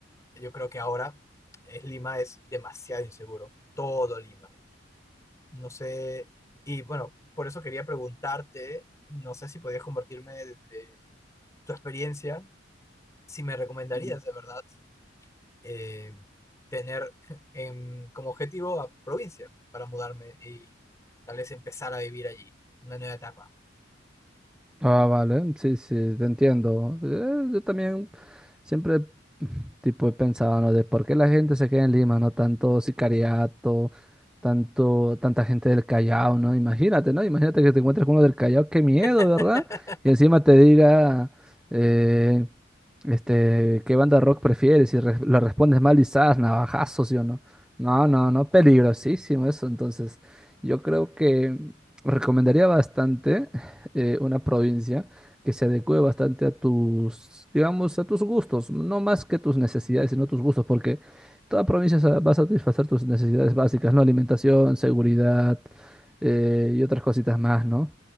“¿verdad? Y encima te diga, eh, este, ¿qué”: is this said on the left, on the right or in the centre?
Centre